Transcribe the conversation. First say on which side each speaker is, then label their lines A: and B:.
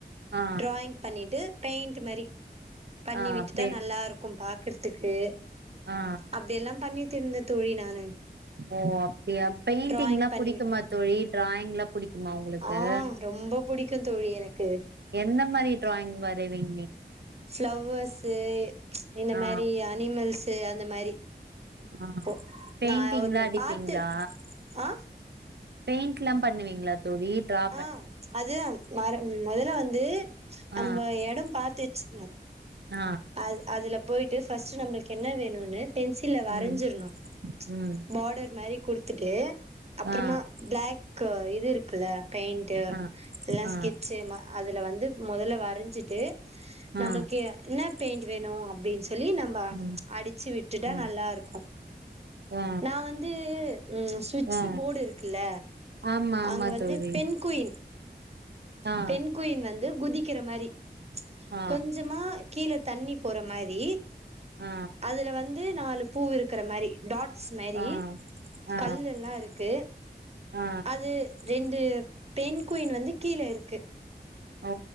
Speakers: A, on the right; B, on the right.
A: ஆ
B: டிராயிங் பண்ணிட்டு பெயிண்ட் மாரி பண்ணி
A: ஆ
B: விட்டுடா
A: பே
B: நல்லா இருக்கும் பாக்கறதுக்கு
A: ஆ
B: அப்டி எல்லாம் பண்ணிட்ருந்தேன் தோழி நானு
A: ஓ அப்டியா பெயிண்டிங்ல்லாம்
B: டிராயிங் பண்ணி
A: புடிக்குமா தோழி டிராயிங்ல்லாம் புடிக்குமா உங்களுக்கு
B: ஆ ரொம்ப புடிக்குந் தோழி எனக்கு
A: என்ன மாரி ட்ராயிங் வரைவீங்க
B: ஃப்ளவர்ஸு இந்த
A: ஆ
B: மாரி அனிமல்ஸு அந்த மாரி
A: ஆ
B: ப்போ
A: பெயிண்டிங்லா
B: நா ஒண்ணு
A: அடிப்பீங்களா
B: பாத்து ஆ
A: பெயிண்ட்லா பண்ணுவீங்ளா தோழி ட்ரா
B: ஆ அது மர மொதல்ல வந்து
A: ஆ
B: நம்ப எடம் பாத்துச்சுக்ணு
A: ஆ
B: அத் அதுல போயிட்டு ஃபர்ஸ்ட் நம்ளுக்கு என்ன வேணுன்னு பென்சில்ல
A: ம்
B: வரஞ்சிர்ணு
A: ம்
B: பாடர் மாரி குடுதுட்டு அப்புறமா
A: ஆ
B: பிளாக்க் இது இருக்குல பெயிண்ட்டு
A: ஆ
B: இல்ல
A: ஆ
B: ஸ்கெச் சும அதுல வந்து மொதல்ல வரஞ்சிட்டு
A: ஆ
B: நம்மளுக்கு என்ன பெயிண்ட் வேணு அப்டின் சொல்லி நம்ம
A: ம்
B: அடிச்சு விட்டுடா
A: ம்
B: நல்லா இருக்கும்
A: ஆ
B: நா வந்து ஸ்விட்சு
A: ஆ
B: போடு இருக்குல்ல
A: ஆமா ஆமா
B: அங்க வந்து
A: தோழி
B: பெண் குயின்
A: ஆ
B: பெண் குயின் வந்து குதிக்கிற மாரி
A: ஆ
B: கொஞ்சமா கீழ தண்ணி போற மாரி
A: ஆ
B: அதுல வந்து நாலு பூ இருக்கிற மாரி டாட்ஸ் மாரி
A: ஆ ஆ
B: கல்லு எல்லா இருக்கு
A: ஆ
B: அது ரெண் டு பெண் குயின் வந்து கீழ இருக்கு
A: ஓ